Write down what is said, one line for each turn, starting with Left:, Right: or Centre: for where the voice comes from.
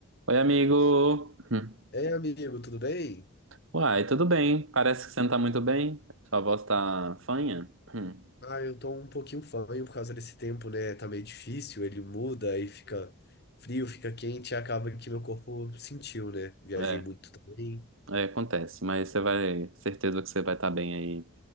Right: Oi, amigo! Hum.
Left: Ei, amigo, tudo bem?
Right: Uai, tudo bem? Parece que você não tá muito bem. Sua voz tá fanha? Hum.
Left: Ah, eu tô um pouquinho fanho por causa desse tempo, né? Tá meio difícil, ele muda aí fica frio, fica quente, e acaba que meu corpo sentiu, né? Viajei
Right: É,
Left: muito também.
Right: é, acontece, mas você vai, certeza que você vai estar bem aí